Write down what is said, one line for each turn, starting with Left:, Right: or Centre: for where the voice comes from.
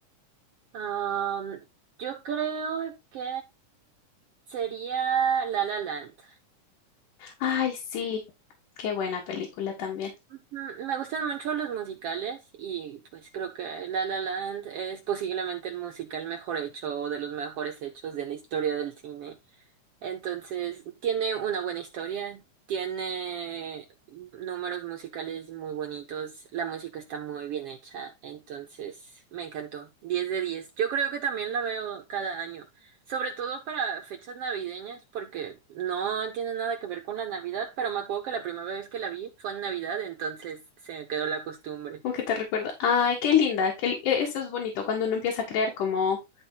Right: Am, yo creo que sería La La Land.
Left: Ay, sí, qué buena película también.
Right: Mm, Me gustan mucho los musicales y pues creo que La La Land es posiblemente el musical mejor hecho o de los mejores hechos de la historia del cine. Entonces, tiene una buena historia, tiene números musicales muy bonitos, la música está muy bien hecha, entonces me encantó. diez de 10. Yo creo que también la veo cada año, sobre todo para fechas navideñas, porque no tiene nada que ver con la Navidad, pero me acuerdo que la primera vez que la vi fue en Navidad, entonces se me quedó la costumbre.
Left: ¿Cómo que te recuerda? Ay, qué linda. Qué, li- e- eso es bonito cuando uno empieza a crear como